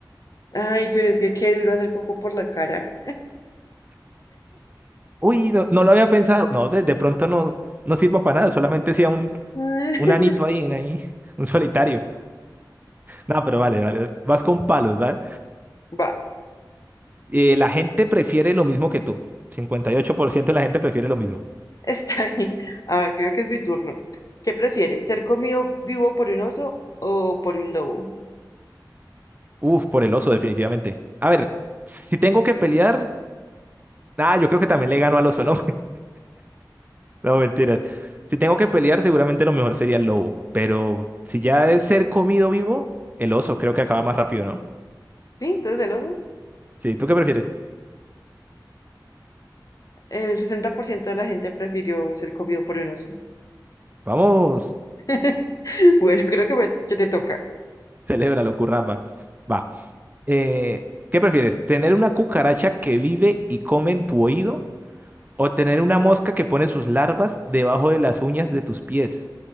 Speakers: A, on the left; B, on the right.
A: Ay, pero es que qué duro hacer poco por la cara.
B: Uy, no, no lo había pensado. No, de, de pronto no, no sirva para nada, solamente sea un,
A: <laughs>
B: un anito ahí, en ahí, <laughs> un solitario. No, pero vale, vale. Vas con palos, ¿vale?
A: Va,
B: Eh, la gente prefiere lo mismo que tú. 58% de la gente prefiere lo mismo.
A: está bien. A ver, creo que es mi turno. ¿Qué prefieres? ¿Ser comido vivo por un oso o por un lobo?
B: Uf, por el oso, definitivamente. A ver, si tengo que pelear, ah, yo creo que también le gano al oso, ¿no? No, mentiras. Si tengo que pelear, seguramente lo mejor sería el lobo. Pero si ya es ser comido vivo, el oso creo que acaba más rápido, ¿no?
A: ¿Sí? Entonces el oso.
B: Sí, ¿tú qué prefieres?
A: El 60% de la gente prefirió ser comido por un oso.
B: Vamos,
A: <laughs> Bueno, creo que, me- que te toca.
B: <laughs> celébralo, curramba. Va. Eh, ¿qué prefieres? ¿Tener una cucaracha que vive y come en tu oído? ¿O tener una mosca que pone sus larvas debajo de las uñas de tus pies?